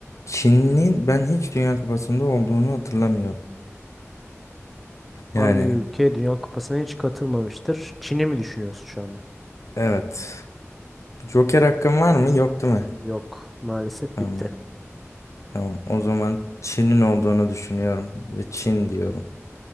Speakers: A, on the left (about 75°); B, in the centre.
A: Çin'in ben hiç Dünya Kupası'nda olduğunu hatırlamıyorum.
B: Hangi
A: Yani
B: ülke Dünya Kupası'na hiç katılmamıştır? Çin'i mi düşünüyorsun şu anda?
A: evet. Joker hakkım var mı? Yok değil mi?
B: Yok, maalesef
A: Tamam.
B: bitti.
A: Tamam. O zaman Çin'in olduğunu düşünüyorum ve Çin diyorum.